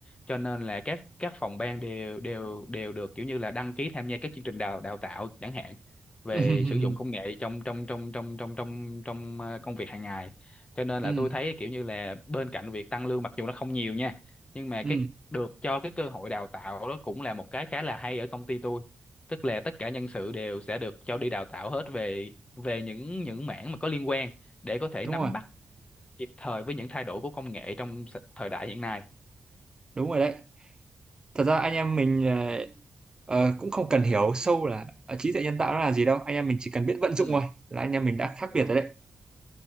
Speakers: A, on the left (about 25°); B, on the right (about 20°).
A: cho nên là các các phòng ban đều đều đều được kiểu như là đăng ký tham gia các chương trình đào đào tạo chẳng hạn về
B: <laughs> ừ
A: sử dụng công nghệ trong trong trong trong trong trong trong ờ, công việc hàng ngày cho nên
B: ừ
A: là tôi thấy kiểu như là bên cạnh việc tăng lương mặc dù nó không nhiều nha nhưng mà
B: ừ
A: cái được cho cái cơ hội đào tạo đó cũng là một cái khá là hay ở công ty tôi tức là tất cả nhân sự đều sẽ được cho đi đào tạo hết về về những những mảng mà có liên quan để có thể
B: đúng
A: nắm
B: rồi
A: bắt kịp thời với những thay đổi của công nghệ trong s- thời đại hiện nay
B: đúng rồi đấy thật ra anh em mình ờ, ờ, cũng không cần hiểu sâu là ờ, trí tuệ nhân tạo nó là gì đâu anh em mình chỉ cần biết vận dụng
A: ừ.
B: thôi là anh em mình đã khác
A: Đó.
B: biệt rồi đấy